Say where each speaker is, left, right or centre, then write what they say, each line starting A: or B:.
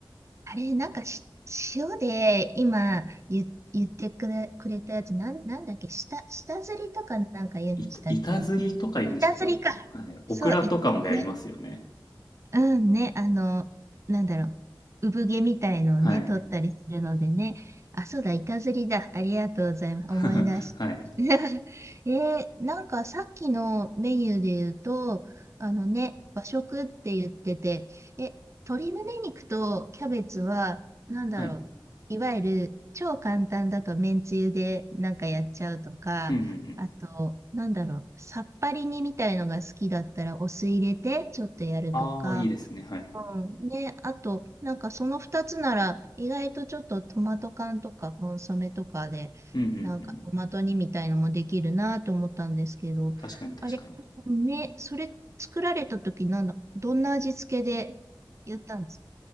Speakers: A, on the right; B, on the left.
A: あれ、なんかし、塩で今言、言ってくれ、くれたやつ、なん、なんだっけ、下、下ずりとかなんか言うんでしたっけね。
B: いた、板ずりとか言うんでしたっけはい。
A: 板ずりか。
B: オクラとかもやりますよね。
A: そう、い、ね、うんね、あの、なんだろう、産毛みたいのをね、
B: はい。
A: 取ったりするのでね。あ、そうだ、板ずりだ。ありがとうございます。
B: <laughs>
A: 思い出し。
B: はい。
A: <laughs> えーなんかさっきのメニューで言うと、あのね、和食って言ってて、え、鶏胸肉とキャベツは、なんだろう、
B: はい。
A: いわゆる超簡単だとめんつゆでなんかやっちゃうとか、
B: うんうんうん。
A: あと、なんだろう、さっぱり煮みたいのが好きだったらお酢入れてちょっとやるとか、
B: ああ、いいですね。はい。
A: うん。ね、あと、なんかその2つなら、意外とちょっとトマト缶とかコンソメとかで、
B: うんうんうん。
A: なんかトマト煮みたいのもできるなと思ったんですけど、
B: 確かに確かに。
A: あれ、ね、それ作られた時なんだ、どんな味付けでやったんですか